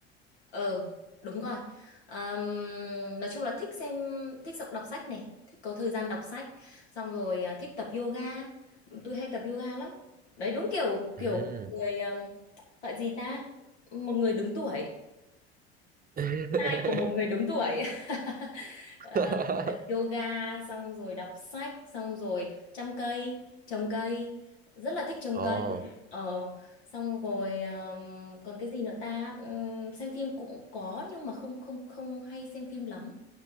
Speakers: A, on the left (about 75°); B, on the right (about 25°).
A: ờ đúng rồi Ờm, nói chung là thích xem thích đọc đọc sách này thích có thời gian đọc sách xong rồi à, thích tập yoga tôi hay tập yoga lắm đấy đúng kiểu
B: Ừ.
A: kiểu người ờm, gọi gì ta một người đứng tuổi
B: <laughs>
A: tai của một người đứng tuổi <laughs> Ờ,
B: <laughs>
A: tập yoga xong rồi đọc sách xong rồi chăm cây trồng cây rất là thích trồng
B: Ồ,
A: cây ờ xong rồi ờm, còn cái gì nữa ta Ừm, xem phim cũng có nhưng mà không không không hay xem phim lắm